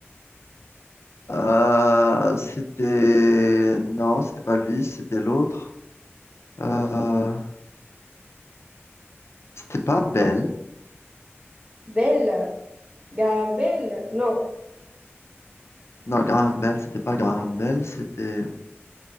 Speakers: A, on the left (about 70°); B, on the right (about 30°).
A: Euh, c'était... Non, c'était pas lui, c'était l'autre. Euh, C'était pas Bell.
B: Belle, Gabelle. Non,
A: Non, Graham Bell, c'était pas Graham Bell, c'était...